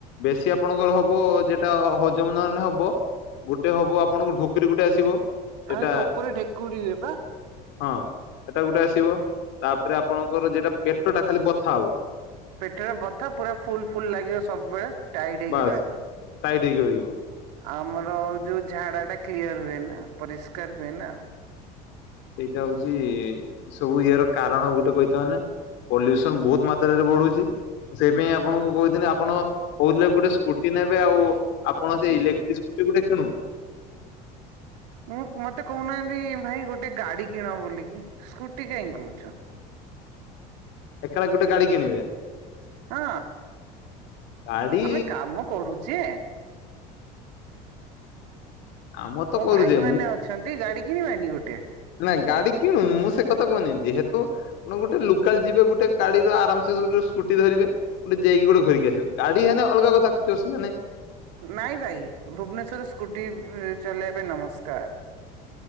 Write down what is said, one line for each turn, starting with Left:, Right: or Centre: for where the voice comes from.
Left: ବେଶୀ ଆପଣଙ୍କର ହବ ଯେଟା ହଜମ ନ ହେଲେ ହବ। ଗୋଟେ ହବ ଆପଣଙ୍କୁ ଢୋକିରି ଗୋଟେ ଆସିବ। ଯେଟା
Right: ଆଇ ତ ଉପରେ ଢେକୁଡି ହୁଏ ପା।
Left: ହଁ ସେଟା ଗୋଟେ ଆସିବ ତାପରେ ଆପଣଙ୍କର ଯଟା ପେଟ ଟା ଖାଲି ବଥା ହବ।
Right: ପେଟରେ ବଥା ପୁରା ଫୁଲ ଫୁଲ ଲାଗିବ ସବୁବେଳେ। ଟାଇଡ ହେଇକି
Left: ବାସ୍
Right: ରହିବ।
Left: ଟାଇଟ୍ ହେଇକି ରହିବ।
Right: ଆମର ଯୋଉ ଝାଡା ଟା କ୍ଲିୟର ହୁଏ ନା ପରିଷ୍କାର ହୁଏ ନା।
Left: ସେଇଟା ହଉଛି ଏ ସବୁ ଇଏ ର କାରଣ ଗୋଟେ କହିଥେ ମାନେ ପଲ୍ୟୁସନ ବହୁତ ମାତ୍ରାରେ ବଢୁଚି ସେଇପାଇଁ ଆପଣଙ୍କୁ କହିଥିଲି ଆପଣ କହୁଥିଲେ ଗୋଟେ ସ୍କୁଟି ନେବେ ଆଉ ଆପଣ ସେଇ ଇଲେକ୍ଟ୍ରିକ ସ୍କୁଟି ଗୋଟେ କିଣୁ
Right: ମୁଁ ମତେ କହୁନାହାନ୍ତି ଭାଇ ଗୋଟେ ଗାଡି କିଣ ବୋଲିକି ସ୍କୁଟି କାଇଁ କହୁଚ।
Left: ଏକାଳେ ଗୋଟେ ଗାଡି କିଣିବେ।
Right: ହଁ
Left: ଗାଡି
Right: ଆମେ କାମ କରୁଚେ।
Left: ଆମର ତ
Right: ମୋ
Left: କରୁଛେ
Right: ଭାଇ ମାନେ ଅଛନ୍ତି ଗାଡି କିଣିବେନି ଗୋଟେ।
Left: ନାଁ ଗାଡି କିଣୁନୁ ମୁଁ ସେ କଥା କହୁନି ଯେହେତୁ ଗୋଟେ ଲୋକାଲ ଯିବେ ଗୋଟେ ଗାଡି ର ଆରାମସେ ଗୋଟେ ସ୍କୁଟି ଧରିବେ ଗୋଟେ ଯାଇକି ଗୋଟେ ଧରିକି ଆସିବେ। ଗାଡି ହେନେ ଅଲଗା କଥା କିଛି ଅସୁବିଧା ନାଇ।
Right: ନାଇଁ ଭାଇ ଭୁବନେଶ୍ବର ରେ ସ୍କୁଟି ଚଲେଇବା ପାଇଁ ନମସ୍କାର।